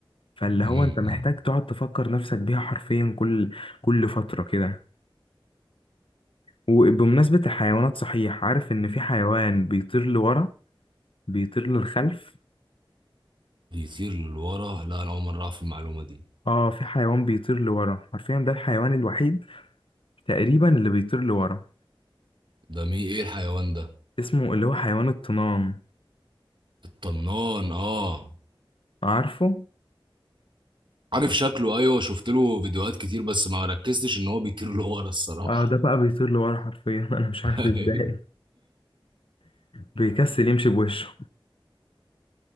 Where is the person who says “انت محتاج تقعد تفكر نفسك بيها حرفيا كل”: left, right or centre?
Left